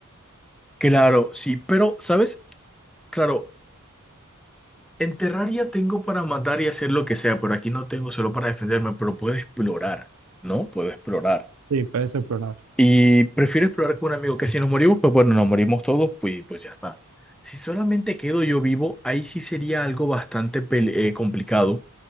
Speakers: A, in the centre; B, on the right.
A: claro, sí. Pero, ¿sabes? Claro, en Terraria tengo para matar y hacer lo que sea, pero aquí no tengo solo para defenderme, pero puedo explorar, ¿no? Puedo explorar.
B: Sí, para ese programa.
A: Y prefiero explorar con un amigo que si nos morimos, pues bueno, nos morimos todos, pues, pues ya está. Si solamente quedo yo vivo, ahí sí sería algo bastante pele- eh, complicado,